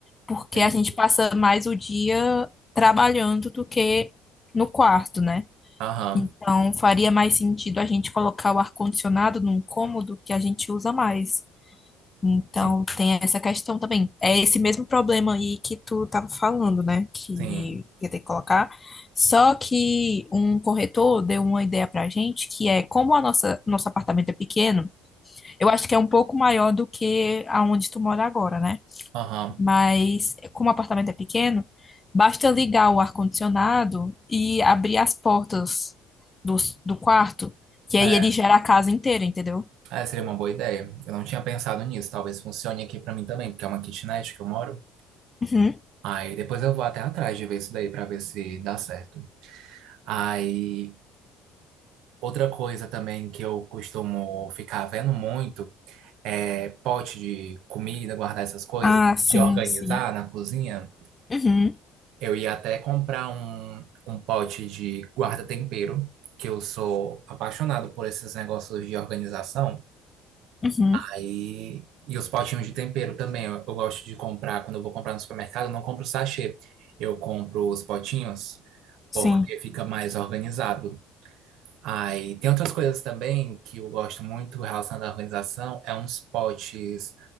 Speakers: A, on the left; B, on the right.
A: Porque
B: Entendi.
A: a gente passa mais o dia trabalhando do que no quarto, né?
B: Aham,
A: Então, faria mais sentido a gente colocar o ar-condicionado num cômodo que a gente usa mais. Então,
B: sim,
A: tem essa questão também. É esse mesmo problema aí que tu estava falando, né? Que
B: sim.
A: ia ter que colocar. Só que um corretor deu uma ideia pra gente, que é como a nossa, nosso apartamento é pequeno, eu acho que é um pouco maior do que aonde tu mora agora, né?
B: Aham.
A: Mas como o apartamento é pequeno, basta ligar o ar-condicionado e abrir as portas do, do quarto, que
B: É,
A: aí ele gera a casa inteira, entendeu?
B: é, seria uma boa ideia. Eu não tinha pensado nisso. Talvez funcione aqui para mim também, porque é uma kitnet que eu moro.
A: Uhum.
B: Aí depois eu vou até atrás de ver isso daí para ver se dá certo. Aí outra coisa também que eu costumo ficar vendo muito é pote de comida, guardar essas coisas,
A: Ah, sim,
B: de organizar
A: sim.
B: na cozinha.
A: Uhum,
B: Eu ia até comprar um, um pote de guarda-tempero, que eu sou apaixonado por esses negócios de organização.
A: uhum,
B: Aí, e os potinhos de tempero também. Eu, eu gosto de comprar, quando eu vou comprar no supermercado, eu não compro sachê. Eu compro os potinhos
A: sim.
B: porque fica mais organizado. Aí, tem outras coisas também que eu gosto muito relacionado à organização, é uns potes